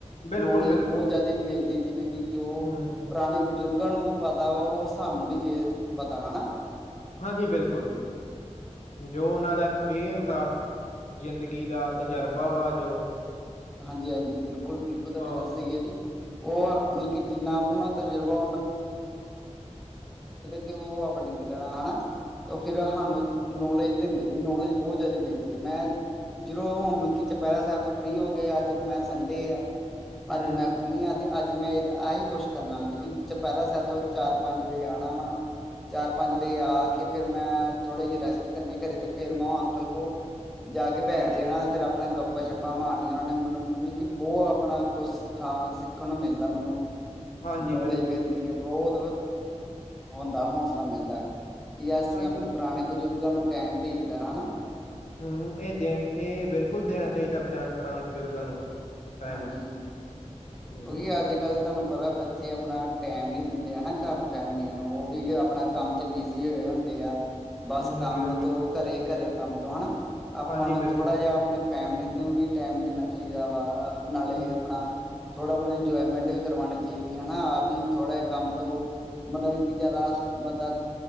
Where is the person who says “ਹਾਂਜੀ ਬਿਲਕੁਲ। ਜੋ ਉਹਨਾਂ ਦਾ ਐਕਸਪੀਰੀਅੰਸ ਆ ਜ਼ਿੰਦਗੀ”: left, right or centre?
Left